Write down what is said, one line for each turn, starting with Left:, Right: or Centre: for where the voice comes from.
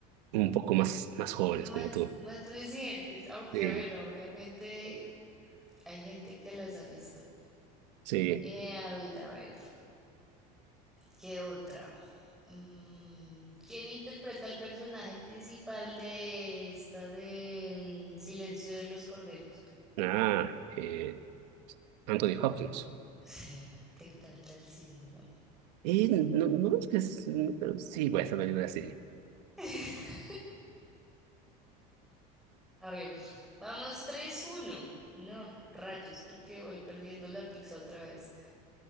Right: un poco más, más jóvenes
Centre: más,
Right: como tú.
Centre: más recientes, aunque
Right: Sí,
Centre: bueno, obviamente hay gente que las ha visto.
Right: sí.
Centre: Eh, a ver, a ver, ¿qué otra? Mm, ¿quién interpreta el personaje principal de esta del Silencio de los Corderos?
Right: Ah, eh, Anthony Hopkins.
Centre: Sí, te encanta el cine, ¿no?
Right: Y no, no es que es, no, pero sí, voy a hacer película sí
Centre: <laughs> A ver, vamos tres uno. No, rayos, creo que voy perdiendo la pizza otra vez.